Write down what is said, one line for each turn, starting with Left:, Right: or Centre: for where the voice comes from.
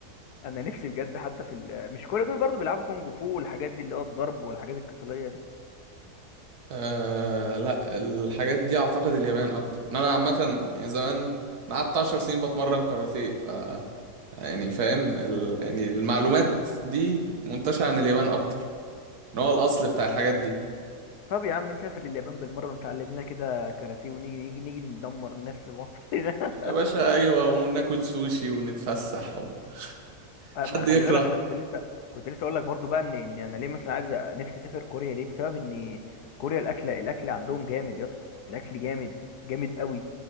Left: انا نفسي بجد حتى في ال... مش كل دول برضو بيلعبوا كونج فو والحاجات دي اللي هو الضرب والحاجات القتالية دي
Right: أه لا الحاجات دي اعتقد اليابان اكتر ان انا عامه زمان انا قعدت 10 سنين بتمرن كاراتيه ف يعني فاهم ال... يعني المعلومات دي منتشره عن اليابان اكتر ان هو الاصل بتاع الحاجات دي
Left: طب يا عم نسافر لليابان بالمرة ونتعلم لنا كده كاراتيه ونيجي نيجي نيجي ندمر الناس في مصر هنا
Right: يا باشا ايوه وناكل سوشي ونتفسح و...
Left: <laughs> آه،
Right: حد
Left: ما خلي
Right: يكره
Left: بالك انا كنت لسه كنت لسه اقول لك برضو بقى ان ان انا ليه مثلا عايز أ- نفسي اسافر كوريا ليه بسبب ان كوريا الاكل الاكل عندهم جامد يا اسطى الاكل جامد جامد قوي